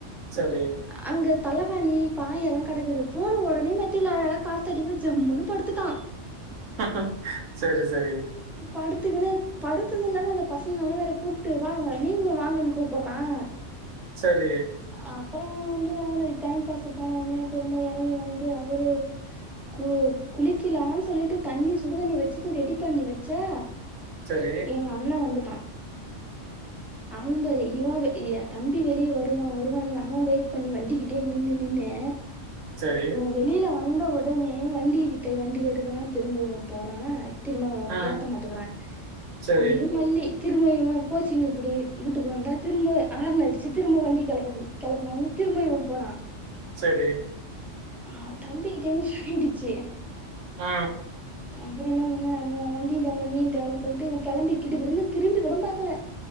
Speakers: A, on the right; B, in the centre.
A: சரி
B: அங்க தலைக்காணி பாயெல்லாம் கடக்குது போன உடனே மெத்தில அழக காத்தடிங்க ஜம்முன்னு படுத்துட்டான்
A: ஆ செரி செரி
B: படுத்துக்குன்னு படுத்ததுல்ல தான் அந்த பசங்களல்லாம் வேற கூப்ட்டு வாங்க நீங்களும் வாங்கன்னு கூப்பறான் <inaudible>
A: செரி
B: அப்பறோ வந்து அவனு டைம் பாஸ் போன உனே திரும்ப இறங்கி வந்து அவரு கு குளிக்கலாம்னு சொல்லிட்டு தண்ணி சுடுதண்ணி வச்சிட்டு ரெடி பண்ணி வச்சா
A: செ
B: எங்க அண்ண வந்துட்டான் அவ மேரி இவன் ஏன் தம்பி வெளியே வருவான் வருவான் அவன் வெயிட் பண்ணி வண்டிக்கிட்டே நின்னுறு நின்னு
A: சேரி
B: இவ வெளியில வந்த உடனே வண்டி கிட்ட வண்டி எடுக்குறா திரும்ப இவ போறானா திரும்ப இவ
A: ம்
B: ஏத் சுத்த மாட்டுக்கிறா
A: சரி
B: ஒரே மல்லி திரும்ப இவ கோச்சிங்ன்னு இப்படி வீட்டுக்கு வந்தா திரும்ப ஆறுண அடிச்சு திரும்ப வண்டி கெளம்பறது கெளம்பனுனு திரும்ப இவ போறா
A: சரி
B: ஆ தம்பிக்கு டென்ஷன் ஆயிடுச்சு
A: ஆ
B: அப்பற என்ன பண்ண அப்பறம் வண்டிய தேவ நீயு தேவனு சொல்ட்டு இவ கெளம்பி கிடு கிடு திரும்பி கூட பாக்கல